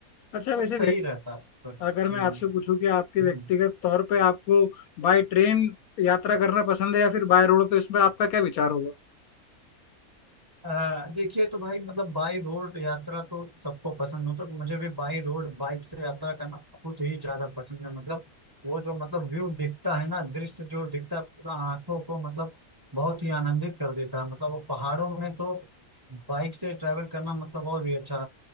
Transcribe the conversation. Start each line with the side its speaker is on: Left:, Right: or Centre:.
Left: अच्छा
Right: सब
Left: वैसे
Right: सही
Left: व्यक्ति
Right: रहता है
Left: अगर
Right: चीजों
Left: मैं आपसे
Right: में।
Left: पूछूं कि आपके व्यक्तिगत
Right: हम्म
Left: तौर पे आपको बाय ट्रेन यात्रा करना पसंद है या फिर बाय रोड तो इसमें आपका क्या विचार होगा
Right: अ, देखिए तो भाई मतलब बाई रोड यात्रा तो सबको पसंद हो तो मुझे भी बाई रोड बाइक से यात्रा करना बहुत ही ज्यादा पसंद है मतलब वो जो मतलब व्यू दिखता है ना दृश्य जो दिखता है पूरा आंखों को मतलब बहुत ही आनंदित कर देता है मतलब वो पहाड़ों में तो बाइक से ट्रैवल करना मतलब और भी अच्छा